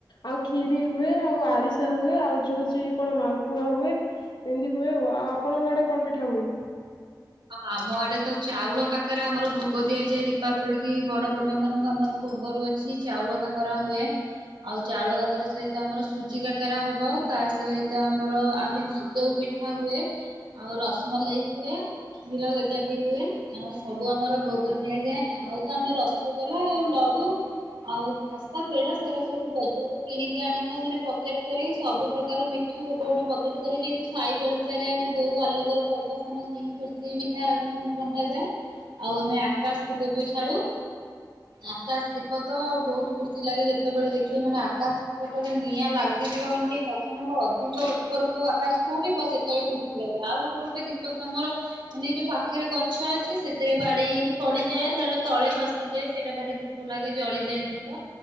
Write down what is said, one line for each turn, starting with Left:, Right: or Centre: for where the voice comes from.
Left: ଆଉ ଖିରି ହୁଏ ଆଉ ଆରିସା ହୁଏ ଆଉ ଯୋଉ ହଉଚି କଣ ମାଲପୁଆ ହୁଏ। ଏମିତି ହୁଏ ଆଉ ଆଉ ଆପଣଙ୍କ ଆଡେ କଣ ପିଠା ହୁଏ?
Right: ଆମ ଆଡେତ ଚାଉଳ କାକରା ଆମର ଭୋଗ ଦିଆଯାଏ ଦୀପାବଳିକି ବଡ ବଡୁଆ ମାନଙ୍କୁ ଆମର ପୂର୍ବରୁ ଅଛି ଚାଉଳ କାକରା ହୁଏ ଆଉ ଚାଉଳ କାକରାରେ ସେ ତ ଆମର ସୁଜି କାକରା ହବ ତା ସହିତ ଆମର ଆହୁରି ଚିତଉ ପିଠାହୁଏ ଆଉ ରସମଲେଇ ହୁଏ। କ୍ଷୀରଗଜାବି ହୁଏ ଆଉ ସବୁ ଆମର ଭୋଗ ଦିଆଯାଏ ଆଉତ ଆମେ ରସଗୋଲା ଆଉ ଲଡୁ ଆଉ ଖାସ୍ତା ପେଡା ସେରାସବୁ ବଜାରରେ କିଣିକି ଆଣିଥାଉ ମାନେ ପକେଟ କରିକି ସବୁ ପ୍ରକାର ମି ଗୋଟେ ଗୋଟେ ପକେଟ କରି ଯେହେତୁ ସାହି ପଡିସାରେ ଆମେ ଦଉ ଆଲୋକର ପର୍ବ ସମସ୍ତିକି ଖୁସି ମିଠା ମାନେ ବଣ୍ଟାଯାଏ ଆଉ ଆମେ ଆକାଶ ଦୀପବି ଛାଡୁ ଆକାଶ ଦୀପତ ବୋହୁତ ଖୁସି ଲାଗେ ଯେତେବେଳେ ଦେଖିବେ ମାନେ ଆକାଶ ପଥମେ ନିଆଁ ଲାଗିଯିବ ମାନେ ଟିକେ ପବନହବ ଅଧିକ ଉପରକୁ ଆକାଶକୁ ଉଡିବ ସେତେବେଳେ ଆଉ ଗୋଟେ ଗୋଟେ ଦୀପତ ଆମର ମାନେ ଯୋଉ ପାଖରେ ଗଛ ଅଛି ସେଥିରେ ବାଡେଇ ହେଇକି ପଡିଯାଏ ନହଲେ ତଳେ ଖସିଯାଏ ସେଇଟା ଭାରି ଦୁଃଖ ଦୁଃଖ ଲାଗେ ଜଳିଯାଏ ଦୀପ